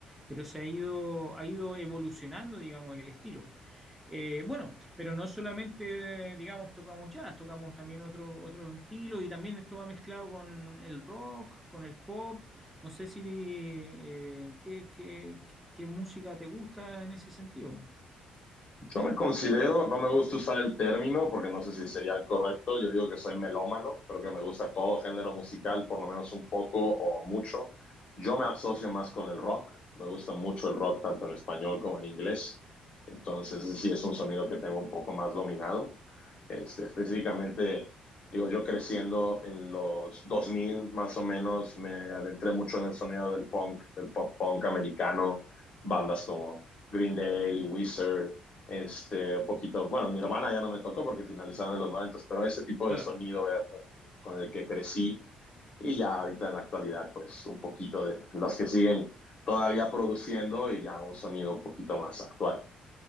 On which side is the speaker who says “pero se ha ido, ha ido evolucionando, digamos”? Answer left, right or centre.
Centre